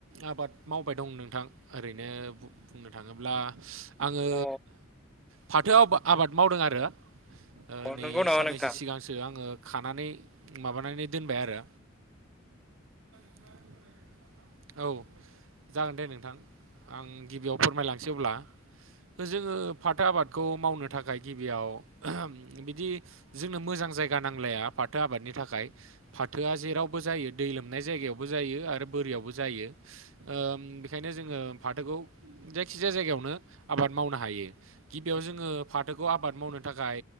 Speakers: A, on the right; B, in the centre.
A: आबाद मावबाय दं नोंथां ओरैनो बुंनो थाङोब्ला आङो
B: अ
A: फाथो आब आबाद मावदों आरो ओ
B: अ
A: नै
B: नंगौ नामा
A: साननैसो
B: नोंथां
A: सिगां सो आङो खानानै माबानानै दोनबाय आरो <unintelligible> औ जागोन दे नोंथां आं गिबियाव फोरमायलांसै अब्ला जोङो फाथो आबादखौ मावनो थाखाय गिबियाव बिदि जोंनो मोजां जायगा नांलाया फाथो आबादनि थाखाय फाथोआ जेरावबो जायो दै लोमनाय जायगायावबो जायो आरो बोरियावबो जायो जायो ओ बेखायनो जोङो फाथोखौ जायखिजाया जायगायावनो आबाद मावनो हायो गिबियाव जोङो फाथोखौ आबाद मावनो थाखाय